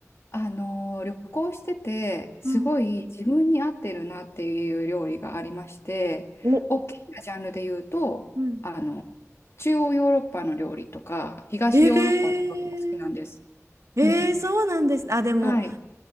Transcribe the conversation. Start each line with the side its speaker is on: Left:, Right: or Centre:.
Left: あのー、旅行してて、すごい自分に合ってるなっていう料理がありまして、
Right: うん。お、
Left: 大きなジャンルで言うと、
Right: うん。
Left: あの、中央ヨーロッパの料理とか、東ヨーロッパの料理が好きなんです。
Right: えー、えー、
Left: うん。
Right: そうなんです。あ、でも
Left: はい。